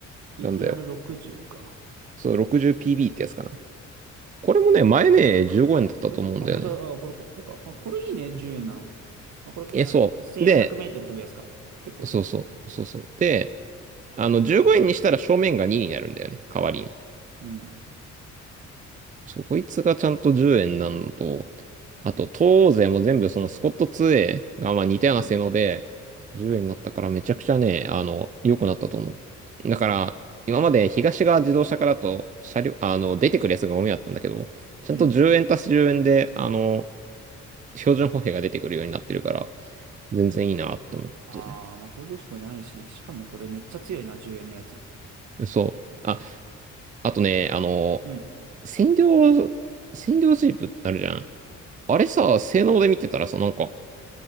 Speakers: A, on the right; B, on the right.
A: BTR60
B: なんだよ。
A: か。
B: そう、60PB ってやつかな。これもね、前ね、
A: あこれかあ、
B: 15円だったと思うんだよね。
A: これあ、本当だ。あ、これ、これか。あ、これいいね。10円なの。あ、これ、
B: え、
A: あ、
B: そう。
A: 1400メートル飛ぶやつか。
B: で、
A: 結構強いやつ。
B: そうそう、そうそう。で、あの、15円にしたら正面が2になるんだよね、代わりに。
A: うん。
B: そう、こいつがちゃんと10円なのと、あと、東欧勢も全部そのスコット 2A がまあ似たような性能で、
A: うん。
B: 10円になったからめちゃくちゃね、あの、良くなったと思う。だから、今まで東側自動車からと車両、
A: うん。
B: あの、出てくるやつがゴミだったんだけど、ちゃんと10円足す10円で、
A: うん
B: あの、標準歩兵が出てくるようになってるから、全然いいなって思って。
A: ああ、まあ工業志向じゃないし、しかもこれめっちゃ強いな、10円のやつ。
B: そう。ああとね、あの、
A: うん。
B: 占領、占領ジープってあるじゃん。あれさ、性能で見てたらさ、なんか、